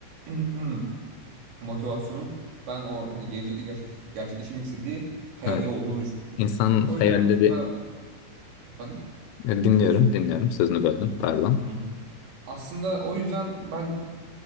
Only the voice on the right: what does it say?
<clears throat> motivasyonun ben o hani gelecekte gerçekleş, gerçekleşmek istediği hayaller
olduğunu düşünüyorum.
O
yüzden aslında efendim
Hı hı. aslında o yüzden ben